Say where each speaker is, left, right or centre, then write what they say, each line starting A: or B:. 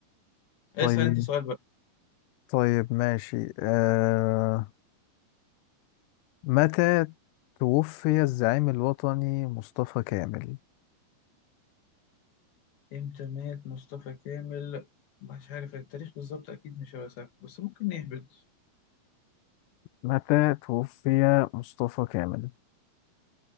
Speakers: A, on the left (about 75°); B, on the left (about 85°).
A: اسأل
B: طيب
A: انت سؤال بقى
B: طيب ماشي آه... متى توفي الزعيم الوطني مصطفى كامل
A: امتى مات مصطفى كامل مش عارف التاريخ بالظبط اكيد مش هيبقى سهل بس ممكن نهبط
B: متى توفي مصطفى كامل